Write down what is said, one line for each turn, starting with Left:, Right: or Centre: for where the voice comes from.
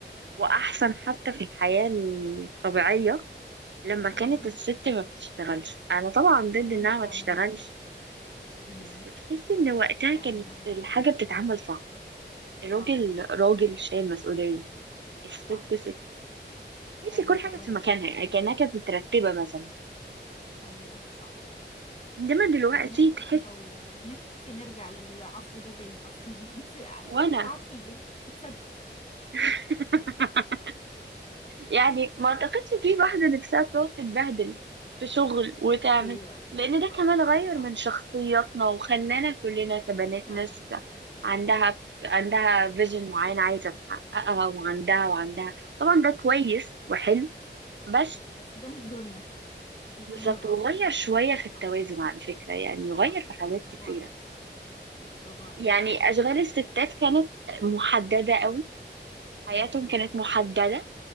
Right: واحسن حتى في الحياة الطبيعية لما كانت
Left: ايوه
Right: الست ما بتشتغلش انا طبعا ضد
Left: والله
Right: انها ما
Left: فعلا
Right: تشتغلش
Left: امم
Right: بس تحسي ان وقتها
Left: فعلا
Right: كانت
Left: والله
Right: الحاجة بتتعمل صح الراجل
Left: صح
Right: راجل شايل مسؤولية الست
Left: صح
Right: ست تحسي
Left: ايوه
Right: كل حاجة
Left: والله
Right: في مكانها
Left: فعلا
Right: يعني كأنها كانت مترتبة مثلا
Left: ايوه صح
Right: إنما دلوقتي
Left: ربنا يرزقنا
Right: تحس
Left: و- ونفسي نرجع للعصر ده تاني اصلا <laughs> نفسي أ-
Right: وأنا
Left: اقعد في البيت اتثبت
Right: <laughs> يعني ما أعتقدش في واحدة نفسها بتقعد تتبهدل في شغل وتعمل
Left: ايوه اكيد
Right: لأن
Left: صح
Right: ده كمان غير
Left: صح
Right: من شخصياتنا وخلانا كلنا كبنات
Left: فعلا
Right: ناس عندها عندها فيجن معين عايزة تحققها وعندها وعندها
Left: صح
Right: طبعا ده كويس وحلو بس
Left: بس ده مش دورنا مش
Right: بالظبط
Left: دورنا الاصلي
Right: وغير شوية في التوازن
Left: صح
Right: على فكرة يعني غير
Left: صح
Right: في حاجات
Left: برافو
Right: كتير
Left: عليكي برافو عليكي
Right: يعني
Left: فعلا
Right: أشغال الستات كانت محددة قوي حياتهم
Left: اه
Right: كانت محددة